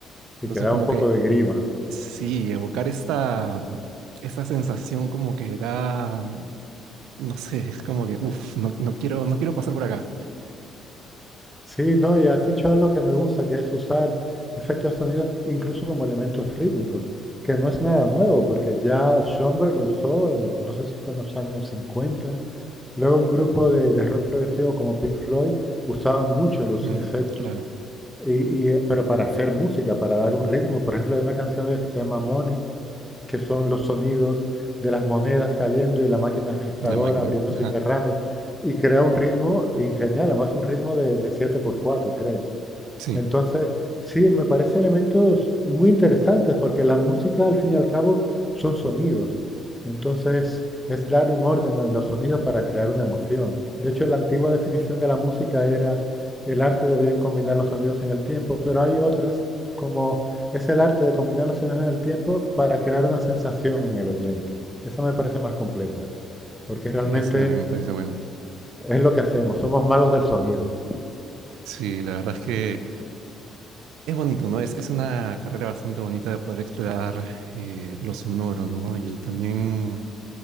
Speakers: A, in the centre; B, on the right.
A: sí,
B: Entonces
A: que da
B: como
A: un
B: que
A: poco de grima.
B: sí, evocar esta, esta sensación como que da, no sé, es como que, uff, no, no quiero, no quiero pasar por acá.
A: Sí, no, y has dicho algo que me gusta, que es usar efectos de sonidos incluso como elementos rítmicos, que no es nada nuevo, porque ya Schomberg lo usó en, no sé si fue en los años 50. Luego un grupo de, de rock progresivo como Pink Floyd usaban mucho los
B: Mm,
A: efectos,
B: claro,
A: y, y, eh, pero para hacer música, para dar un ritmo. Por ejemplo, hay una canción de ellos que se llama Money, que son los sonidos de las monedas cayendo y la máquina registradora
B: la máquina,
A: abriéndose
B: ajá,
A: y cerrando, y crea un ritmo ingenial, además un ritmo de, de 7x4, creo.
B: sí,
A: Entonces, sí, me parece elementos muy interesantes porque la música al fin y al cabo son sonidos. Entonces, es dar un orden a los sonidos para crear una emoción. De hecho, la antigua definición de la música era el arte de bien combinar los sonidos en el tiempo, pero hay otras como es el arte de combinar los sonidos en el tiempo para crear una sensación en el oyente. Esa me parece más completa, porque realmente
B: esa también me parece buena.
A: es lo que hacemos, somos magos del sonido.
B: Sí, la verdad es que es bonito, ¿no? Es, es una carrera bastante bonita de poder explorar eh, lo sonoro, ¿no? Y también